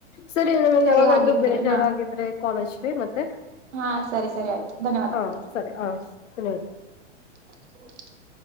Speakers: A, on the left (about 80°); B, on the right (about 70°).
A: ಸರಿ ನಿಮಗ್
B: ಸರಿ
A: ಯಾವಾಗಾದ್
B: ಹಾಗಿದ್ರೆ
A: ಬೇಜಾರಾಗಿದ್ರೆ
B: ಹಾ
A: ಕಾಲೇಜ್ಗೆ ಮತ್ತೆ
B: ಹಾ ಸರಿ ಸರಿ ಆಯ್ತು ಧನ್ಯವಾದ
A: ಹಾ ಸರಿ ಹ ನೋಡಿ
B: <unintelligible>